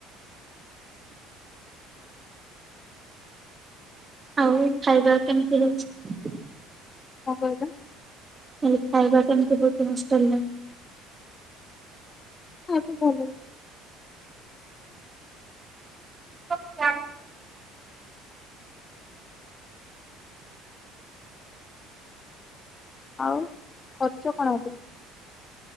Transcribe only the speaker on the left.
କଣ କହିଲ?
କାହାକୁ କହୁଛନ୍ତି?
ଆଉଁ ଖର୍ଚ୍ଚ କଣ ଏବେ?